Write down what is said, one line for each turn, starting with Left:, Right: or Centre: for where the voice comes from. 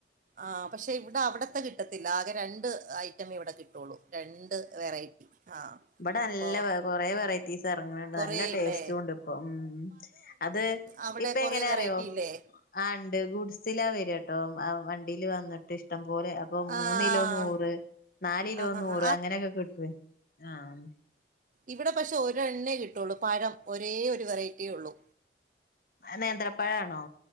Right: ആഹ് പക്ഷെ ഇവിടെ അവിടത്തെ കിട്ടത്തില്ല ആകെ രണ്ട് ഐറ്റമേ ഇവടെ കിട്ടുള്ളൂ രണ്ട് വെറൈറ്റി ആഹ്
Left: ഇബടെ
Right: അപ്പൊ
Left: നല്ല വെ കൊറെ വെറെ റ്റീസ് ഏറങ്ങണിണ്ട്
Right: കൊറേയില്ലേ
Left: നല്ല ടേസ്റ്റുവോണ്ട് ഇപ്പോ ഉം അത്
Right: അവടെ
Left: ഇപ്പ
Right: കൊറേ
Left: എങ്ങനെ
Right: വെറൈറ്റി
Left: അറിയോ
Right: ഇല്ലേ?
Left: ആഹ് ഇണ്ട് ഗുഡ്സിലാ വര്യട്ടോ വണ്ടീല് വന്നിട്ട് ഇഷ്ടം പോലെ അപ്പോ മൂന്നിലോ
Right: ആഹ്
Left: നൂറ് നാ നാല്കിലോ
Right: ആഹ് ആഹ്
Left: നൂറ് അങ്ങനെക്കെ കിട്ടുവേ ആഹ്
Right: ഇവടെ പഷേ ഒരണ്ണേ കിട്ടുള്ളു പഴം ഒരേ ഒരു വെറൈറ്റിയേ ഒള്ളു.
Left: അത് നേന്ത്രപ്പഴാണോ?